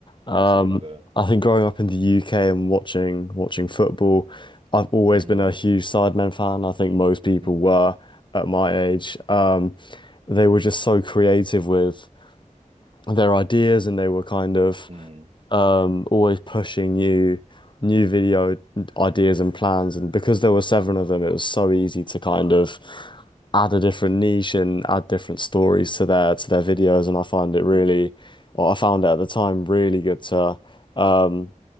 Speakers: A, on the left (about 35°); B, on the right (about 45°).
A: Um,
B: Oh, that's a good idea.
A: I think growing up in the UK and watching watching football, I've always
B: Mm.
A: been a huge Sidemen fan. I think most people
B: Mm.
A: were at my age. Um, they were just so creative with their ideas, and they were kind of
B: Mm.
A: um, always pushing new new video ideas and plans. And because there were seven of them, it was so easy to kind of add a different niche and add different stories to their to their videos. And I find it really,
B: Mm. Mm.
A: or I found it at the time really good to. um,